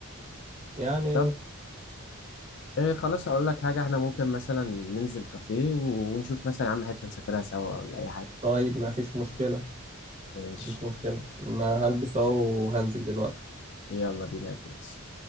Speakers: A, on the right (about 30°); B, on the left (about 55°).
A: يعني
B: طب ايه خلاص اقول لك حاجه احنا ممكن مثلا ننزل كافيه ونشوف مثلا يا عم حته نسافرها سوا ولا اي حاجه
A: طيب ما فيش مشكلة
B: ماشي
A: مفيش مشكلة ما هلبس اهو وهنزل دلوقتي
B: يلا بينا يا برنس.